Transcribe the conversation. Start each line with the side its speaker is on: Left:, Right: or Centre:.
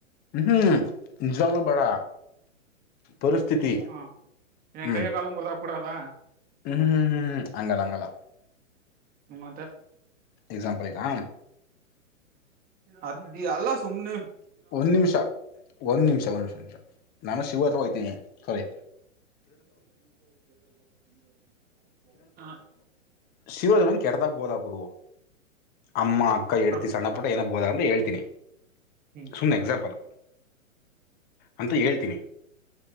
Left: ಹ್ಮ್ ನಿಜವಾಗ್ಲೂ ಬೇಡ ಪರಿಸ್ಥಿತಿ
Right: ಹಾ ನ್
Left: ಹ್ಮ್
Right: ಕೈಯೋ ಕಾಲು ಮುರಿದು ಹಾಕಿಬಿಡದ
Left: ಹ್ಮ್ ಹ್ಮ್ ಹ್ಮ್ ಅಂಗಲ್ಲ ಅಂಗಲ್ಲ
Right: ಮ್ಮತ್ತ
Left: ಎಕ್ಸಾಂಪಲ್ ಈಗ
Right: ಅ ಅಲ್ಲ ಸುಮ್ಮ್ನೆ
Left: ಒಂದ್ ನಿಮಿಷ ಒಂದ್ ನಿಮಿಷ ಒಂದ ನಿಮಿಷ ನಿಮಿಷ ನಾನು ಶಿವ ಹತ್ರ ಹೋಗಯ್ತೀನಿ ಸರಿ
Right: <inaudible>
Left: ಶಿವೋಜಮ ಕೆಡತಾಗಬೋದ ಗುರುವು ಅಮ್ಮ ಅಕ್ಕ ಇಡ್ತಿ
Right: ಹ
Left: ಸಣ್ಣ ಪು ಏನಕ್ಕೆಬೋದ ಅಂತ ಹೇಳ್ತೀನಿ
Right: ಹ್ಮ್
Left: ಸುಮ್ನೆ ಎಕ್ಸಾಂಪಲ್ ಅಂತ ಹೇಳ್ತೀನಿ